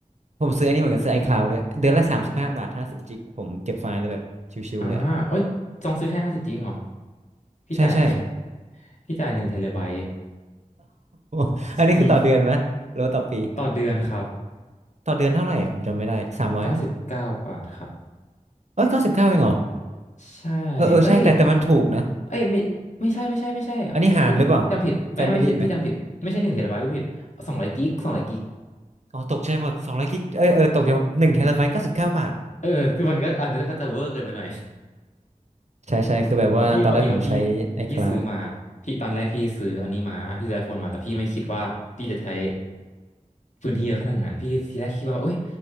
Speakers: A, on the right; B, on the left.
A: ผมซื้ออันนี้เหมือนกันซื้อ iCloud ด้วยเดือนละสามสิบห้าบาทห้าสิบจิกผมเก็บไฟล์เลยแบบชิวๆเลยอะ
B: อ่าโอ้ยจองซื้อแค่ห้าสิบจริงเหรอพี่จ่าย
A: ใช่ใช่
B: <laughs> พี่จ่ายหนึ่งเทเลไบต์
A: <laughs>
B: <laughs>
A: อันนี้คือต่อเดือนไหมหรือว่าต่อปี
B: อต่อเดือนครับ
A: ต่อเดือนเท่าไหร่อ่ะผมจำไม่ได้สามร้อย
B: เก้าสิบเก้าบาทครับ
A: เอ้ยเก้าสิบเก้าเองเหรอ
B: ใช่
A: เออเออใช่แต่แต่มันถูกนะ
B: เอ้ยเอ้ยไม่ไม่ใช่ไม่ใช่ไม่ใช่ขอโทษทีพี่จำผิดไม่ไม่พี่พี่จำผิดไม่ใช่หนึ่งเทเลไบต์พี่ผิดสองร้อยกิกสองร้อยกิก
A: อันนี้หารหรือเปล่า Family ไหมอ๋อตกใจหมดสองร้อยกิกเออเออตกใจหมดหนึ่งเทราไบต์เก้าสิบเก้าบาท
B: เออคือมันก็อันนี้ก็จะเวอร์เกินไปหน่อย
A: ใช่ใช่คือแบบว่าตอนแรกผมใช้
B: เพราะว่าพี่พอดีว่าพี่
A: iCloud
B: พี่ซื้อมาพี่ตอนแรกพี่ซื้ออันนี้มาพี่ซื้อไอโฟนมาแล้วพี่ไม่คิดว่าพี่จะใช้พื้นที่เยอะขนาดนั้นพี่ทีแรกคิดว่าเอ้ย